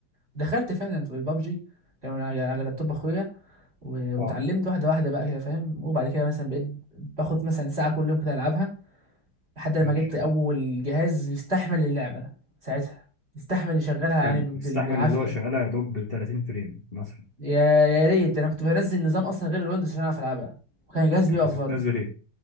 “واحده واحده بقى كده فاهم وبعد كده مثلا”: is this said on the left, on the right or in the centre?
Right